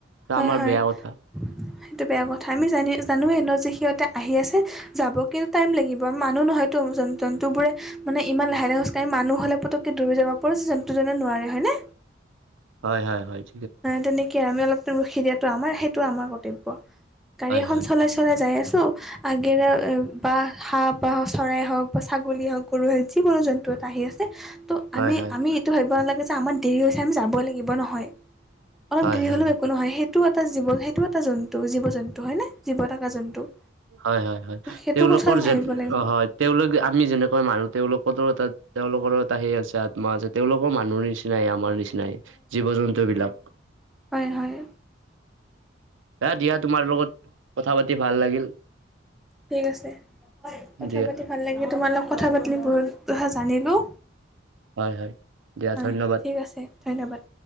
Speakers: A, on the right; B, in the centre.
A: ত
B: হয়-হয়,
A: আমাৰ বেয়া কথা
B: সেইটো বেয়া কথা। আমি জানি জানোৱে ন যে সিহঁতে আহি আছে। যাব কিন্তু টাইম লাগিব মানুহ নহয়তো জন জন্তু বোৰে মানে ইমান লাহে-লাহে খোজ কাঢ়ি মানুহ হলে পতকে দূৰি যাব পাৰো জন্তু জনে নোৱাৰে হয়নে?
A: হয়-হয়-হয়।
B: তেনেকে আমি অলপ ৰখি দিয়াটো আমাৰ সেইটো আমাৰ কৰ্তব্য। গাড়ী
A: হয়
B: এখন
A: হয়
B: চলাইছো চলাই যায় আছোঁ। আগেৰে বা হাঁহ বা চৰাই হওক বা ছাগলী হওক, গৰুৱে হওক, যিকোনো জন্তু ত 'আহি আছে। ত'
A: হয়
B: আমি
A: হয়
B: আমি এইটো ভাবিব নালাগে যে আমাৰ দেৰি হৈছে আমি যাব লাগিব নহয়। অলপ
A: হয়
B: দেৰি
A: হয়
B: হ'লেও একো নহয় সেইটো এটা জীৱ সেইটো এটা জন্তু জীৱ জন্তু হয় নে জীৱ থকা জন্তু।
A: হয়-হয়-হয়।
B: সেইটো
A: তেওঁলোকৰ
B: কথা আমি
A: যে
B: ভাবিব লাগিব
A: হয় তেওঁলোক আমি যেনেকৈ মানুহ তেওঁলোকতো এটা তেওঁলোকৰো এটা সেই আছে আত্মা আছে। তেওঁলোকৰ মানুহৰ নিচিনাই, আমাৰ নিচিনাই জীৱ জন্তু বিলাক।
B: হয়-হয়।
A: দিয়া তোমাৰ লগত কথা পাতি ভাল লাগিল।
B: ঠিক আছে কথা
A: দিয়া
B: পাতি ভাল লাগি তোমাৰ লগত। কথা পাতিল বহুত কথা জানিলোঁ,
A: হয় হয় দিয়া
B: হয়
A: ধন্যবাদ
B: ঠিক আছে। ধন্যবাদ।